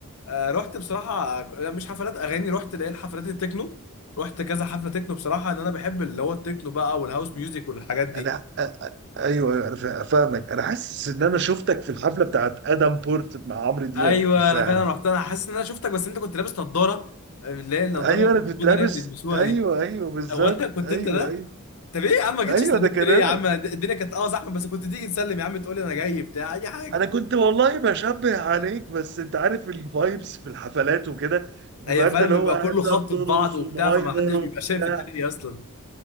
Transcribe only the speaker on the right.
انا أ- أ- ايوه ايوه انا فا- فاهمك انا حاسس ان انا شفتك في الحفله بتاعت ادم بورت مع عمرو دياب
في الساحل
ايوه انا
كنت لابس
ايوه
ايوه بالظبط
ايوه
ايوه
ايوه
ده كان
انا
انا كنت والله بشبه عليك بس انت عارف الفايبس في الحفلات وكده بتبقى
انت اللي
هو قاعد
بقى
بترقص
ومهايبر
وبتاع